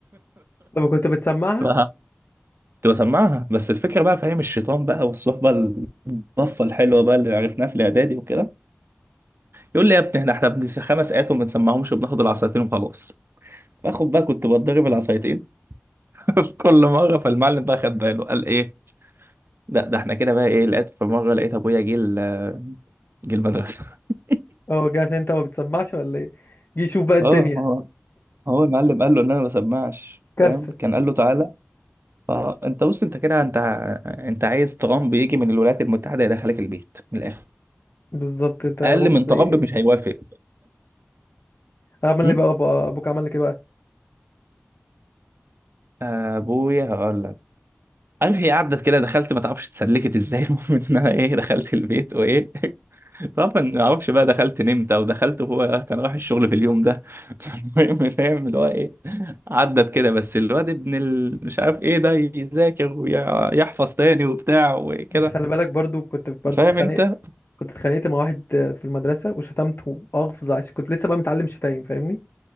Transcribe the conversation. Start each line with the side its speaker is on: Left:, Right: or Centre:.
Left: طب كنت بتسمعها
Right: <laughs> ف- كنت بسمعها بس الفكره بقى فاهم الشيطان بقى والصحبه الطفه الحلوه بقى اللي عرفناها في الاعدادي وكده يقول لي يا ابني احنا احنا بن- خمس ايات وما بنسمعهمش وبناخد العصايتين وخلاص باخد بقى كنت بتضرب العصايتين <laughs> في كل مره فالمعلم بقى خد باله قال ايه لا ده احنا كده بقى ايه لقيت في مره لقيت ابويا جه ال- جه المدرسه <laughs>
Left: اه جه عشان انت ما بتسمعش ولا ايه جه شوف بقى الدنيا
Right: اه ما هو هو المعلم قال له ان انا ما بسمعش
Left: كارثة
Right: فاهم كان قال له تعالى اه انت بص انت كده انت انت عايز ترامب يجي من الولايات المتحده يدخلك البيت من الاخر
Left: بالظبط انت ابوك
Right: اقل من
Left: زي
Right: ترامب مش هيوافق
Left: عمل
Right: م?
Left: لي بقى بقى- ابوك عمل لك ايه بقى
Right: ابويا هقول لك عارف هي قعدت كده دخلت ما تعرفش اتسلكت ازاي المهم ان انا ايه دخلت البيت وايه <laughs> طبعا ما اعرفش بقى دخلت نمت او دخلت وهو كان رايح الشغل في اليوم ده <laughs> المهم فاهم اللي هو ايه عدت كده بس الواد ابن ال... مش عارف ايه ده يذاكر ويحفظ تاني وبتاع وكده
Left: انت خلي بالك برضو كنت برضو
Right: فاهم
Left: اتخانقت
Right: انت
Left: كنت اتخانقت مع واحد في المدرسة وشتمته أغفظ عشان كنت لسه بقى متعلم شتايم فاهمني